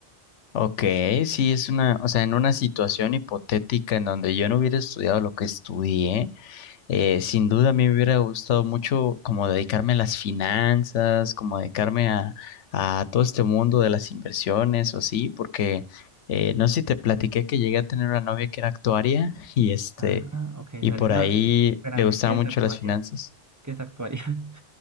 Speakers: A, on the left; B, on the right.
A: Ok, sí, es una, o sea, en una situación hipotética en donde yo no hubiera estudiado lo que estudié, eh, sin duda a mí me hubiera gustado mucho como dedicarme a las finanzas, como dedicarme a, a todo este mundo de las inversiones o así, porque eh, no sé si te platiqué que llegué a tener una novia que era actuaria <laughs> y este,
B: Ah, ok,
A: y
B: dale.
A: por
B: No,
A: ahí
B: espérame,
A: le gustaban
B: ¿qué es
A: mucho
B: actuaria?
A: las finanzas.
B: ¿Qué es actuaria? <laughs>